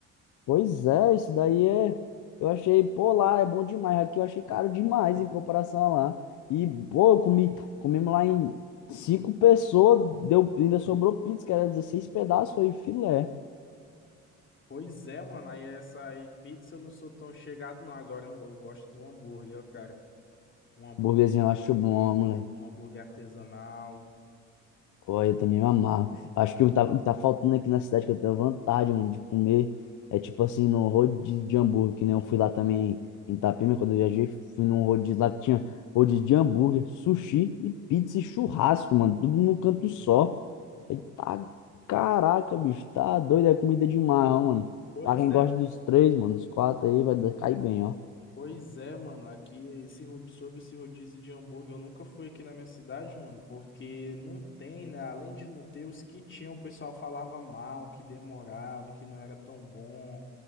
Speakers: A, on the left; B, on the left.
A: Pois é, isso daí é. Eu achei, pô, lá é bom demais. Aqui eu achei caro demais em comparação a lá. E, pô, eu comi, comemos lá em cinco pessoas, deu, ainda sobrou pizza, que era 16 pedaços, foi filé.
B: Pois é, mano. Aí essa aí, pizza eu não sou tão chegado, não. Agora eu eu gosto do hambúrguer, ó, cara. Um hambúrguer,
A: Burguesinho eu acho
B: um
A: bom,
B: hambúrguer artesanal.
A: Pô, eu também me amarro. Acho que o que tá, o que tá faltando aqui na cidade que eu tenho vontade, mano, de comer. É tipo assim, no rodízio de hambúrguer, que nem eu fui lá também em Itapema, quando eu viajei, fui num rodízio lá que tinha rodízio de hambúrguer, sushi e pizza e churrasco, mano, tudo num canto só. Falei, tá, caraca, bicho, tá doido, é comida demais, ó, mano.
B: Pois
A: Pra quem
B: é,
A: gosta dos três, mano, dos quatro aí, vai dar- cair bem, ó.
B: Pois é, mano, aqui esse rodi- sobre esse rodízio de hambúrguer, eu nunca fui aqui na minha cidade, mano, porque não tem, né? Além de não ter os que tinham, o pessoal falava mal, que demorava, que não era tão bom.